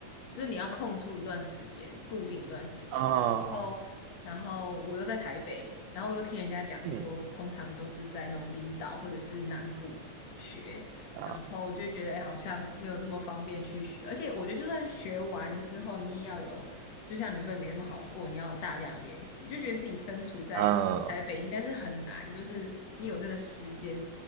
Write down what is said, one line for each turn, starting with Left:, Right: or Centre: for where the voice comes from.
Left: 就是你要空出一段时间，固定一段时间嘛。
Right: 啊，
Left: 然后，然后我又在台北，然后我又听人家讲说，
Right: 嗯
Left: 通常都是在那种离岛或者是南部学，
Right: 啊，
Left: 然后我就觉得，诶好像没有这么方便去学，而且我觉得就算学完之后，你也要有。就像你说也没那么好过，你要大量练习，就觉得自己身处在台北应该是很难，
Right: 嗯。
Left: 就是你有那个时间